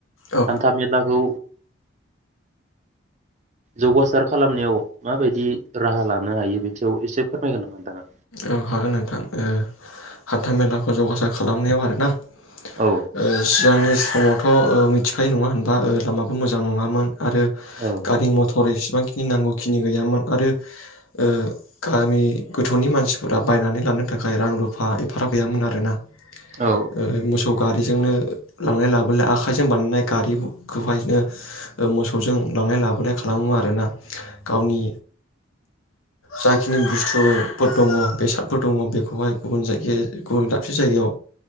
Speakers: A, on the left; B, on the right.
A: औ
B: हान्था मेलाखौ जौगासार खालामनायाव माबायदि राहा लानो हायो बेनि सायाव एसे फोरमायगोन नामा नोंथाङा
A: औ हागोन नोंथां ओ हान्था मेलाखौ जौगासार खालामनायाव आरो ना-
B: औ
A: <unintelligible> समावथ' मिथिखायो नङा होनबा लामाबो मोजां नङामोन आरो
B: औ
A: गारि मथर <unintelligible> नांगौखिनि गैयामोन आरो ओ गामि गोथौनि मानसिफोरा बायनानै लानो थाखाय रां रुफा एफाराब गैयामोन आरो ना
B: औ
A: ओ मोसौ गारी बेजोंनो लांलाय -लाबोलाय आखाइजों बानायनाय गारिखौहायनो मोसौजों लांलाय -लाबोलाय खालामो आरोना गावनि जाखिनि बुस्थु फोर दङ दैसा दङ बेखौहाय गुबुन जायगा गुबुन दाबसे जायगायाव